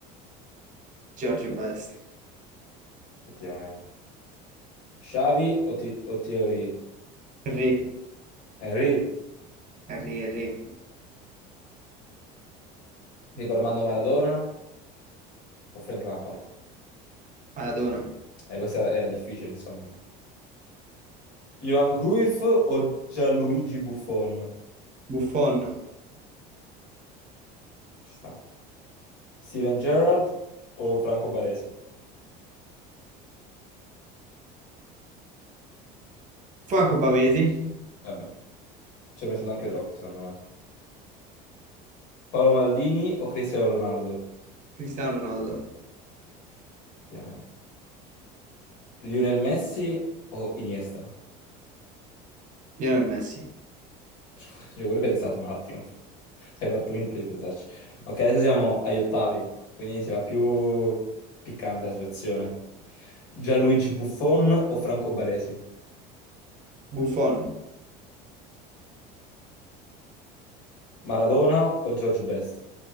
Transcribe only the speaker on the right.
George Best,
Henry,
Henry, Henry,
Maradona,
Buffon,
Franco Bavesi,
Cristiano Ronaldo,
Lionel Messi,
Buffon,